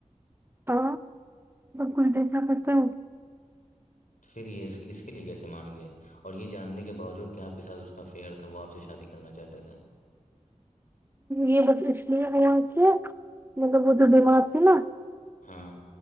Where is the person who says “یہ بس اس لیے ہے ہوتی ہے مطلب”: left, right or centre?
Right